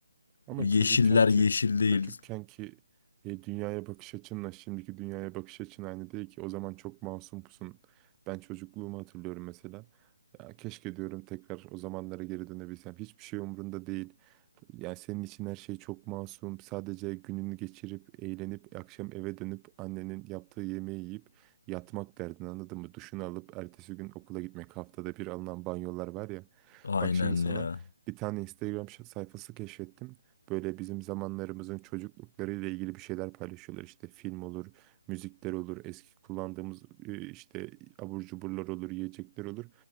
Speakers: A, on the right; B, on the left.
A: Ama
B: yeşiller
A: çocukkenki
B: yeşil değil.
A: çocukkenki e, dünyaya bakış açınla şimdiki dünyaya bakış açın aynı değil ki. O zaman çok masum pusun. Ben çocukluğumu hatırlıyorum mesela. Ya, keşke diyorum tekrar o zamanlara geri dönebilsem. Hiçbir şey umurunda değil. Yani senin için her şey çok masum. Sadece gününü geçirip, eğlenip, akşam eve dönüp annenin yaptığı yemeği yiyip yatmak derdin anladın mı? Duşunu alıp ertesi gün okula gitmek. Haftada bir alınan banyolar var ya.
B: Aynen
A: Bak şimdi sana
B: ya.
A: bir tane Instagram şa- sayfası keşfettim. Böyle bizim zamanlarımızın çocukluklarıyla ilgili bir şeyler paylaşıyorlar. İşte film olur, müzikler olur, eski kullandığımız e, işte abur cuburlar olur, yiyecekler olur.